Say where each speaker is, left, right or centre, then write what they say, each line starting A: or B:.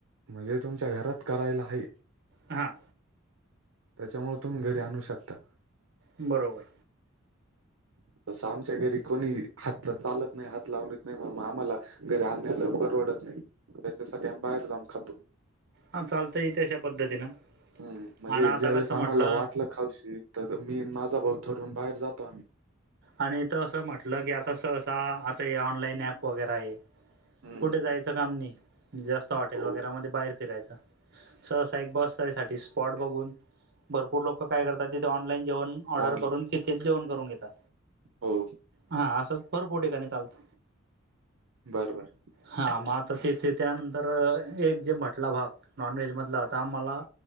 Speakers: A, on the right; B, on the right.
A: म्हणजे तुमच्या घरात करायला आहे.
B: हा.
A: त्याच्यामुळे तुम्ही घरी आणू शकता.
B: बरोबर.
A: तस आमच्या घरी कोणी हात चालत नाही हात लावून. नाही मगग आम्हाला घरी आणण्यायला परवडत नाही त्याच्यासाठी आम्ही बाहेर जाऊन खातो.
B: हा चालतयथ अशा पद्धतीनं.
A: हम्म म्हणजे
B: आणि आता
A: ज्या
B: कसं
A: वेळेस आम्हाला
B: म्हटलं
A: वाटलं खावशी तर मी माझा भाऊ ठरवून बाहेर जातो आम्ही.
B: आणि त असं म्हटलं की आता सं आता हे ऑनलाईन ऍप वगैरे आहे
A: हम्म
B: कुठे जायचं. काम नाही जास्त हॉटेल
A: हो
B: वगैरे म बाहेर फिरायचं. ससा एक बस साठी स्पॉट बघून भरपूर लोक काय करतात तिथे ऑनलाईन जेवण. ऑर्डर
A: ऑन
B: करून तिथेच जेवण करून घेतात.
A: हो.
B: हा असं भरपूर ठिकाणी चालत
A: बर बर
B: हा मग आता ते ते. त्यानंतर एक जे म्हटला भाग नॉनव्हेजमधला तर आम्हाला.